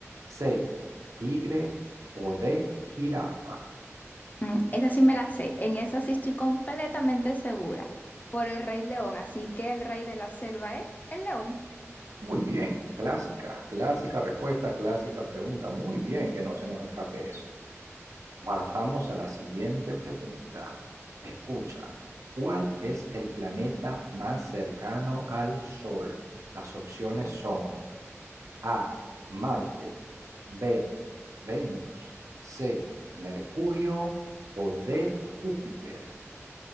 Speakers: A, on the right; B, on the left.
A: C, tigre o D, jirafa.
B: Mm, esa sí me la sé, en esa sí estoy completamente segura, por el Rey León, así que el rey de la selva es el león.
A: Muy bien, clásica, clásica respuesta, clásica pregunta. Muy bien, que no se nos escape eso. Pasamos a la siguiente pregunta. Escucha, ¿cuál es el planeta más cercano al Sol? Las opciones
B: Ay,
A: son A, Marte, B, Venus, C, Mercurio o D, Júpiter.